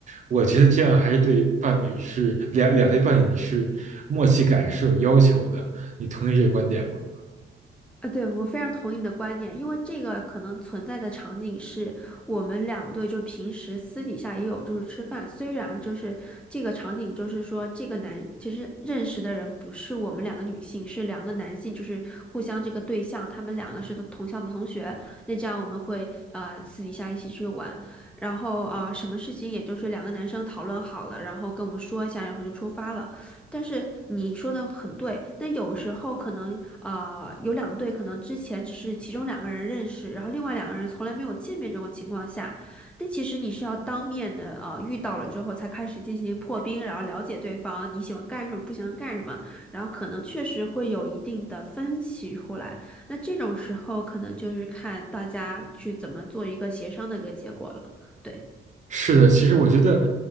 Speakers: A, on the right; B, in the centre.
A: 我觉得这样还是对伴侣是两两对伴侣你是默契感是有要求的。你同意这个观点吗？
B: 啊，对，我非常同意你的观点，因为这个可能存在的场景是我们两队就平时私底下也有就是吃饭，虽然就是这个场景就是说这个男其实认识的人不是我们两个女性，是两个男性，就是互相这个对象，他们两个是同同校的同学，那这样我们会呃私底下一起去玩，然后啊、呃什么事情也就是两个男生讨论好了，然后跟我们说一下，然后就出发了。但是你说的很对，那有时候可能呃有两队，可能之前只是其中两个人认识，然后另外两个人从来没有见面这种情况下，但其实你是要当面的呃遇到了之后才开始进行破冰，然后了解对方你喜欢干什么，不喜欢干什么，然后可能确实会有一定的分歧出来。那这种时候可能就是看大家去怎么做一个协商的一个结果了，对。
A: 是的，其实我觉得，